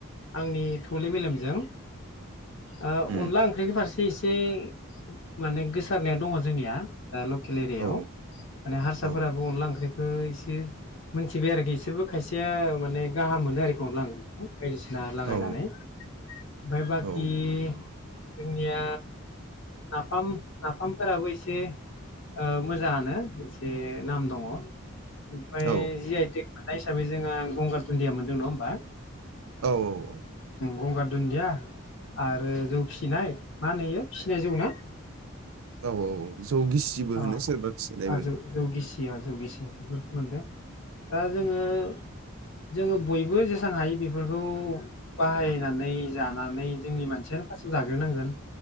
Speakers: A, on the left; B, on the right.
A: आंनि थौले मेलेमजों ओ
B: उम
A: अनला ओंख्रिनि फारसे इस से माने गोसारनाया दङ जोंनिया दा लकेल एरियायाव
B: औ
A: माने हारसाफोराबो
B: औ
A: अनला ओंख्रि खो इसे मोनथिबाय आरोखि इसोरबो खायसेया माने गाहाम मोनो आरोखि अनला ओंख्रिखो बायदिसिना लागायनानै
B: औ
A: ओमफाय बा खि
B: औ
A: जोंनिया नाफाम नाफामफोराबो एसे ओ मोजाङानो एसे नाम दङ ओमफ्राय
B: औ
A: जि आइ थेग मोन्नाय हिसाबै जोंहा गंगार दुन्दिया मोनदों नङा होमबा
B: औ औ औ
A: गंगार दुन्दिया आरो जौ फिसिनाय मा होनो इयो फिसिनाय जौ ना
B: औ औ औ जौ गिसिबो
A: आ
B: होनो सोरबा फिसिनायमोन
A: आजौ
B: औ
A: जौ गिसिया जौ गिसि बेफोरखौ मोनदों आ जोङो ङो जोङो बयबो जेसेबां हायो बेफोरखौ बाहायनानै जानानै जोंनि मानसियानो फार्स्टआव जाग्रोनांगोन